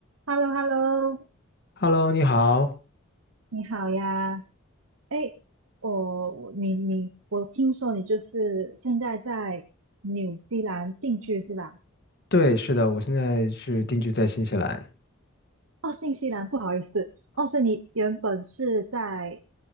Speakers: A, on the right; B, on the left.
A: h e l l o h e l l o
B: Hello，你好。
A: 你好呀。哎，我我你你我听说你就是现在在纽西兰定居是吧？
B: 对，是的，我现在是定居在新西兰。
A: 哦，新西兰，不好意思。哦，所以你原本是在